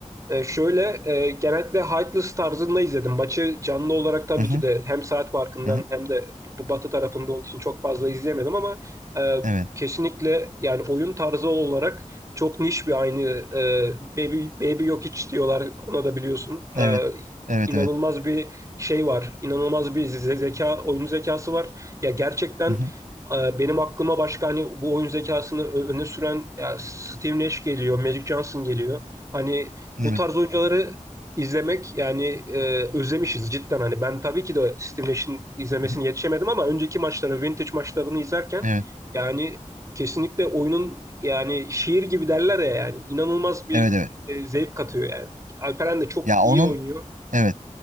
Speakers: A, on the right; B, on the right.
A: E, şöyle e, genellikle Heightless tarzında izledim. Maçı canlı olarak tabii
B: Hı hı.
A: ki de hem saat farkından
B: Hı hı.
A: hem de bu, bu batı tarafında olduğu için çok fazla izleyemedim ama e,
B: Evet.
A: kesinlikle yani oyun tarzı olarak çok niş bir aynı e, Baby, Baby Jokic diyorlar ona da biliyorsun.
B: Evet.
A: E,
B: Evet
A: inanılmaz
B: evet.
A: bir şey var. İnanılmaz bir ze- zeka, oyun zekası var. Ya gerçekten
B: Hı hı.
A: e, benim aklıma başka hani bu oyun zekasını ö- öne süren ya Steve Nash geliyor, Magic Johnson geliyor. Hani
B: Evet.
A: bu tarz oyuncuları izlemek yani e, özlemişiz cidden. Hani ben tabii ki de Steve Nash'in izlemesini
B: Hı hı.
A: yetişemedim ama önceki maçları, vintage maçlarını izlerken
B: Evet.
A: yani kesinlikle oyunun yani şiir gibi derler ya yani inanılmaz bir
B: Evet evet.
A: e, zevk katıyor yani. Alperen de çok
B: Ya
A: iyi
B: onun
A: oynuyor.
B: evet.